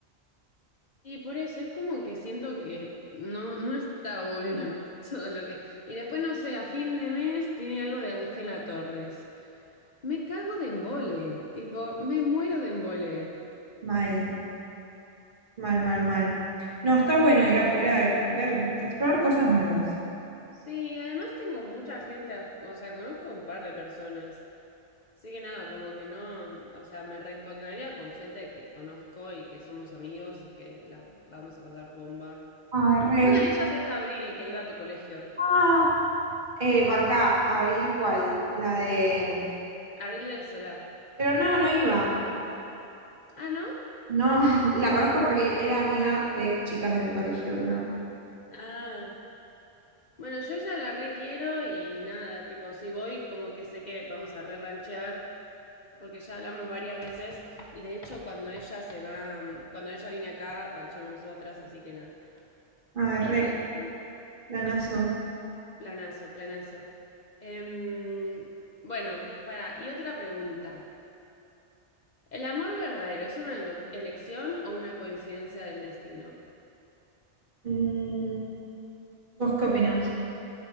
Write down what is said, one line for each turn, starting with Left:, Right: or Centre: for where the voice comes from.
Left: Y por eso es como que siento que no, no está bueno <laughs> todo lo que... Y después, no sé, a fin de mes tiene algo de Ángela Torres. Me cago de embole, tipo, me muero de embole.
Right: Mal, mal, mal, mal. No, está bueno ir afuera, eh, ver, explorar cosas nuevas.
Left: Sí, además tengo mucha gente, af- o sea, conozco un par de personas. Así que nada, como que no, o sea, me reencontraría con gente que conozco y que somos amigos y que la vamos a pasar bomba.
Right: Ay, re.
Left: Una de ellas es Abril, que iba a tu colegio.
Right: Ah, eh, bancá, Abril, ¿cuál? La de...
Left: Abril del Solá.
Right: Pero no, no iba.
Left: Ah, ¿no?
Right: No, <laughs> la conozco porque era amiga de chicas de mi colegio, pero...
Left: Ah. Bueno, yo ella la re quiero y nada, tipo, si voy, como que sé que vamos a re ranchear, porque ya hablamos varias veces y de hecho cuando ella se va, mm, cuando ella viene acá, ranchamos nosotras, así que nada,
Right: Ay, re,
Left: va a ser divertido.
Right: lanazo.
Left: Planazo, planazo. Em, bueno, para, y otra pregunta. ¿El amor verdadero es una lo- elección o una coincidencia del destino?
Right: Mm, ¿vos qué opinás?